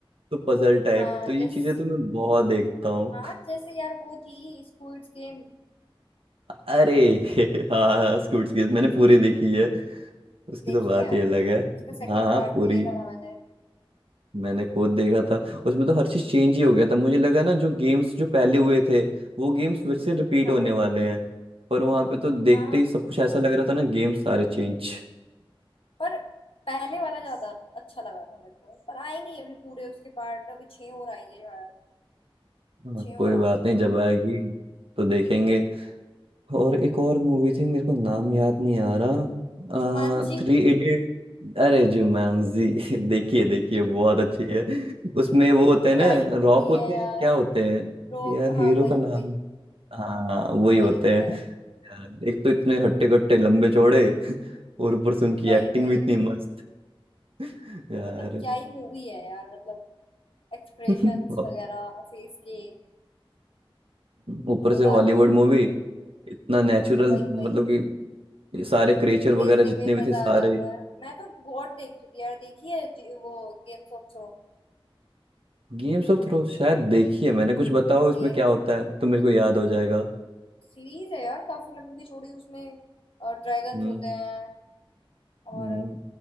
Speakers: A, on the right (about 75°); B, on the left (about 70°).
A: तो पजल टाइप
B: हाँ
A: तो ये
B: जैस
A: चीजें तो मैं बहुत देखता हूँ
B: हाँ जैसे यार वो थी स्क्विड गेम
A: अरे <laughs> हाँ स्कूट्स की मैंने पूरी देखी है उसकी
B: देखी
A: तो बात
B: है
A: ही अलग है
B: उसका सेकंड
A: हाँ हाँ
B: पार्ट
A: पूरी
B: भी देखा था मैंने
A: मैंने खुद देखा था उसमें तो हर चीज चेंज ही हो गया था मुझे लगा ना जो गेम्स जो पहले हुए थे वो गेम्स फिर से रिपीट
B: हाँ
A: होने वाले हैं पर वहां पे तो देखते
B: हाँ
A: ही सब कुछ ऐसा लग रहा था ना गेम्स सारे चेंज
B: पर पहले वाला ज्यादा अच्छा लगा था मेरे को पर आई नहीं अभी पूरे उसके पार्ट अभी छह और आई है यार
A: हाँ
B: छह
A: कोई
B: और आने
A: बात
B: हैं
A: नहीं जब आएगी तो देखेंगे और एक और मूवी थी मेरे को नाम याद नहीं आ रहा
B: जुमानजी
A: थ्री
B: <laughs>
A: इडियट अरे जुमानजी <laughs> देखिए देखिए बहुत अच्छी है उसमें वो होते हैं ना
B: क्या ही मूवी
A: रॉक होते
B: है
A: हैं
B: यार
A: क्या होते हैं
B: रोग
A: यार हीरो
B: हाँ वही
A: का नाम
B: वही
A: हाँ वही
B: वही
A: होते
B: होता
A: हैं
B: है
A: एक तो इतने हट्टे कट्टे लंबे चौड़े <laughs> और ऊपर से उनकी
B: वही
A: एक्टिंग
B: वही
A: भी इतनी मस्त <laughs> यार
B: मतलब क्या ही मूवी है यार मतलब एक्सप्रेशंस
A: <laughs> और
B: वगैरह फेस के
A: ऊपर
B: मजा
A: से हॉलीवुड
B: आता है देखने
A: मूवी
B: में
A: इतना नेचुरल
B: वही
A: मतलब
B: वही
A: कि सारे क्रिएचर वगैरह
B: देखने
A: जितने
B: में ही
A: भी
B: मजा
A: थे सारे
B: आ जाता है मैं तो गॉड देख रही थी यार देखी है जी- वो games of throne
A: गेम्स ऑफ थ्रोन्स शायद देखी है मैंने कुछ बताओ इसमें
B: Game
A: क्या होता
B: of
A: है तो मेरे को याद हो जाएगा
B: Series है यार काफी लंबी चौड़ी उसमें ड्रैगन्स
A: हम्म
B: होते हैं और
A: हम्म,